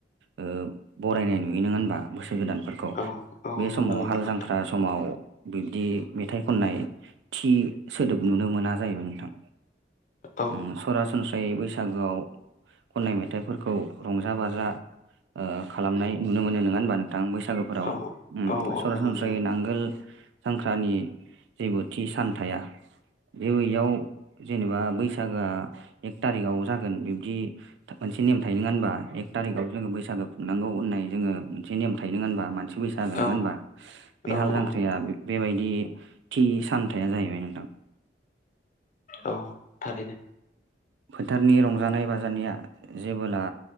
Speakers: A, on the right (about 90°); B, on the left (about 45°).
A: ओ बरायनाय नुयो नङा होनबा बोसोर गोदान फोरखौ
B: औ औ
A: बे
B: नुनो
A: समाव
B: मोनो
A: हाल
B: नोंथां
A: जांख्रा समाव बिदि मेथाइ खननाय थि सोदोब नुनो मोना जाहैबाय नोंथां।
B: औ
A: उम सरासनस्रायै बैसागोआव खननाय मेथाइफोरखौ रंजा बाजा ओ खालामनाय नुनो मोनो नङा होनबा नों थां बैसागोफोराव
B: औ
A: उम
B: औ
A: सरासनस्रायै
B: औ नुनो मोनो
A: नांगोल जांख्रानि जेबो थि सान थाया बे बैयाव जेनेबा बैसागोआ एक थारिगाव जागोन बिबदि मोनसे नेम थायो नङा होनबा एक थारि कआव जोंङो बैसागु खुंनांगौ होननाय जोंङो मोनसे नेम थायो होनबा मान बैसागो नोंङा
B: औ
A: होनबा बे
B: औ
A: हाल जांख्राया
B: औ नंगौ
A: बेबायदि थि सानथाया जाहैबाय नोंथां।
B: औ थारैनो।
A: फोथारनि रंजानाय बाजानाया जेबोला